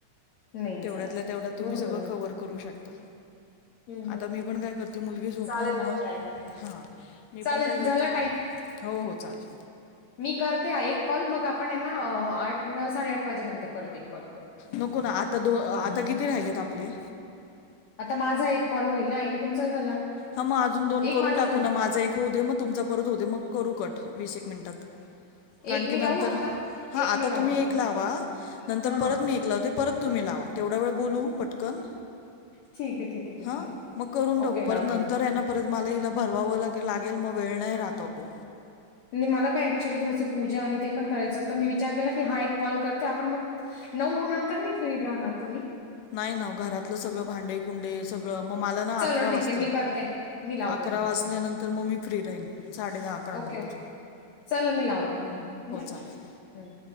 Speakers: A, on the left; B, on the left.
A: नाही
B: तेवढ्यातल्या
A: जात
B: तेवढ्यात तुम्ही
A: बरोबर
B: सगळं
A: ना
B: कव्हर करू शकता.
A: हम्म
B: आता
A: हम्म
B: मी
A: हम्म.
B: पण काय करते, मुलगी झोपणार
A: चालेल
B: ना,
A: मी ट्राय करते
B: हा मी
A: चालेल
B: पण काय करते,
A: झाला टाइम
B: हो हो चालेल.
A: मी करते एक कॉल मग आपण आहे. ना आठ साडेआठ वाजे नंतर करत एक कॉल करू,
B: नको ना आता दो आता किती राहिलेत आपले
A: आता माझा एक कॉल होईल ना, एक तुमचा झाला
B: हा मग अजून दोन
A: एक
B: करून
A: माझा
B: टाकू
A: झाला
B: ना, माझा एक होऊ दे मग तुमचा परत हो दे मग करू कट वीस एक मिनिटात कारण
A: एक मी
B: की, नंतर
A: लावू आता
B: हा
A: एक
B: आता
A: मी लावते
B: तुम्ही एक लावा,
A: है ना
B: नंतर
A: हा
B: परत
A: हा
B: मी एक लावते. परत तुम्ही लावा, तेवढा वेळ बोलू पटकन
A: ठीक आहे ठीक आहे ठीक
B: हा
A: आहे
B: मग करून बघू
A: ओके
B: परत
A: लावते
B: नंतर
A: मी
B: त्यानं परत मला हिला भरवावं लागे लागेल, मग वेळ नाही राहत ओ,
A: आणि मला काय ऍक्च्युली थोडडीस पूजा आणि ते पण करायचं तर मी विचार केला की, हा एक कॉल करते आपण मग नऊ नंतर नाही फ्री राहणार तुम्ही.
B: नाही ना वो घरातलं सगळं भांडे. कुंडे सगळं मग मला ना
A: चलो
B: अकरा वाजतील
A: ठीक आहे मी करते मी लावते
B: अकरा
A: तुम्हाला
B: वाचल्यानंतर
A: थांबा हा
B: मग मी फ्री राहीन. साडे दहा अकरा
A: ओके ओके
B: नंतर.
A: चला मी लावते तुम्हाला हो ना
B: चालेल
A: हम,